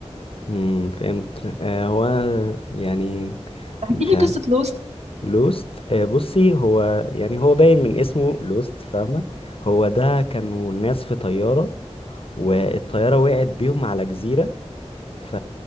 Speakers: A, on the left; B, on the right.
A: امم فهمت آه هو يعني
B: احكي
A: مش
B: لي
A: عارف
B: قصه لوست
A: لوست آه، بصي هو يعني هو باين من اسمه لوست فاهمة هو ده كانوا الناس في طيارة والطيارة وقعت بيهم على جزيرة ف